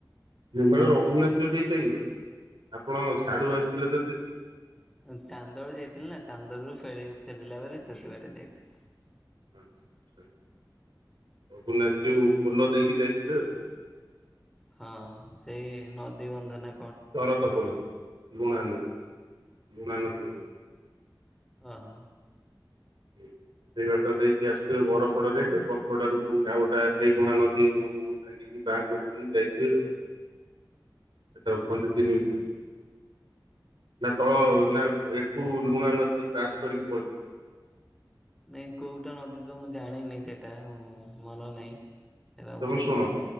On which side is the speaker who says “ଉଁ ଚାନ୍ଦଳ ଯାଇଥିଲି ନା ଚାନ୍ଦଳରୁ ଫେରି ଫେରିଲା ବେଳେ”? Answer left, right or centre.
Centre